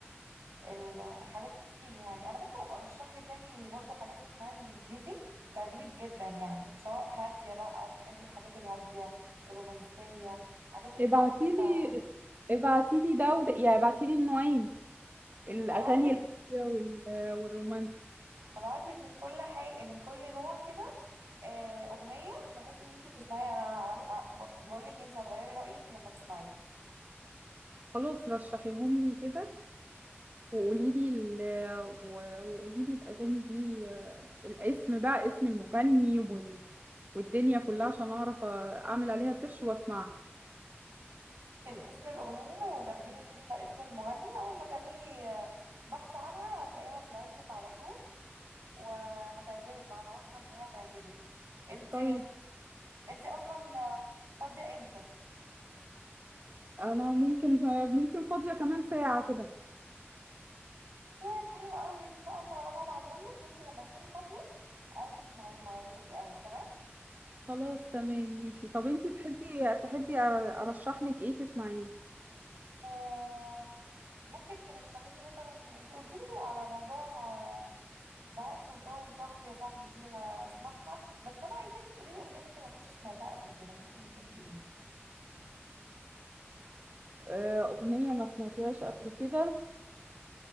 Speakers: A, on the right; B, on the right.
A: الحاجات كتير يعني انا ممكن ابقى ارشح لك يعني برضو حاجات تسمعيها بالانجليزي هتعجبك جدا يعني سواء هاديه بقى بتحبي الحاجات الهاديه الرومانسيه الحاجات اللي
B: ابعتيلي
A: فيها كده
B: ابعتيلي ده وده يعني ابعتيلي النوعين الأغاني
A: هبعت لك
B: الهادية وال... والرومانسي
A: هبعت لك من كل حي... من كل نوع كده آه، اغنيه بحيث ان انت تسمعي انا عار- بقول لك انت هتغيري رايك لما تسمعيها
B: خلاص رشحيهم لي كده وقوليلي ال... و- وقوليلي الأغاني دي آه، الاسم بقى اسم المغني وال... والدنيا كلها عشان أعرف أعمل عليها سيرش وأسمعها
A: الاسم الاغنيه وجنبيها كده اسم المغني اول ما تعملي آه، بحث عنها هتلاقيها طلعت لك على طول وهتعجبك بقى انا واثقه ان هي هتعجبك انت
B: طيب
A: انت اصلا آه، فاضيه امتى
B: أنا ممكن ممكن فاضية كمان ساعة كده
A: تمام حلو قوي انت بقى اما انا هبعتهم لك وانت لما تكوني فاضيه اقعدي اسمعيهم هيعجبوكي قوي تمام
B: خلاص تمام ماشي طب انتي تحبي تحبي أرشح لك ايه تسمعيه
A: آه، ممكن ترشحي لي مثلا انت قلتي لي على موضوع آه، بهاء سلطان صاحبي يا صاحبي دي هسمعها بس انا عايزاكي تقولي لي اغنيه ممكن ما اكونش سمعتها قبل كده ممكن يكون في ايه
B: آه، أغنية ما سمعتهاش قبل كده